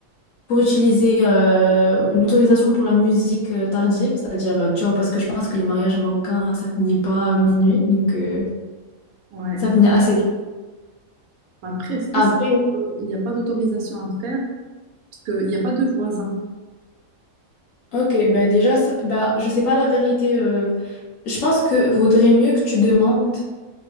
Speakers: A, on the left (about 65°); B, on the right (about 80°).
A: pour utiliser euh, une autorisation pour la musique euh, tardive. C'est-à-dire, euh, tu vois, parce que je pense que les mariages marocains, ça finit pas à minuit. Donc, euh,
B: Ouais.
A: ça finit assez tôt.
B: Après, je pense
A: Après,
B: qu'il n'y a pas d'autorisation à faire parce qu'il n'y a pas de voisins.
A: ok, bah déjà, ça- bah, je sais pas la vérité. euh, Je pense que vaudrait mieux que tu demandes.